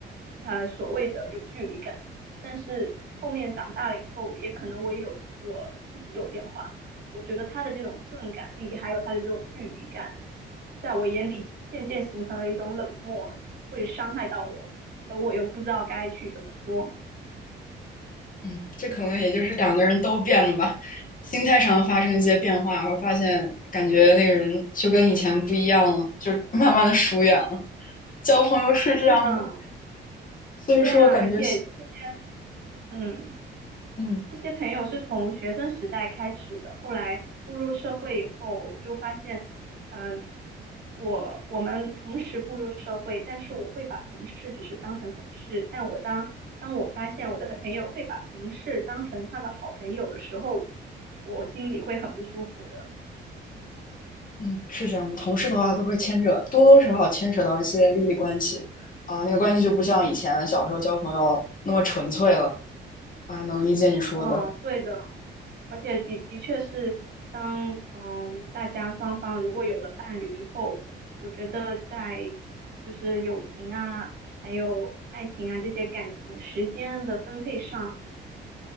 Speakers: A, on the right; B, on the left.
A: 呃所谓的有距离感。但是后面长大了以后，也可能我也有我自己有变化，我觉得他的这种钝感力，还有他的这种距离感，在我眼里渐渐形成了一种冷漠，会伤害到我，而我又不知道该去怎么说。
B: 嗯，这可能也就是两个人都变了吧，心态上发生一些变化，然后发现感觉那个人就跟以前不一样了，就慢慢的疏远了。交朋友是这样的，
A: 是的，
B: 所以说感觉，
A: 对啊，而且这些，嗯。
B: 嗯
A: 这些朋友是从学生时代开始的，后来步入社会以后，我就发现，嗯，我我们同时步入社会，但是我会把同事只是当成同事，但我当当我发现我的朋友会把同事当成他的好朋友的时候，我心里会很不舒服的。
B: 嗯，是这样的。同事的话都会牵扯，多多少少牵扯到一些利益关系啊，呃那个关系就不像以前小时候交朋友那么纯粹了啊，能理解你说的。
A: 嗯，对的，而且的的确是当，嗯大家双方如果有了伴侣以后，我觉得在就是友情啊，还有爱情啊这些感情时间的分配上，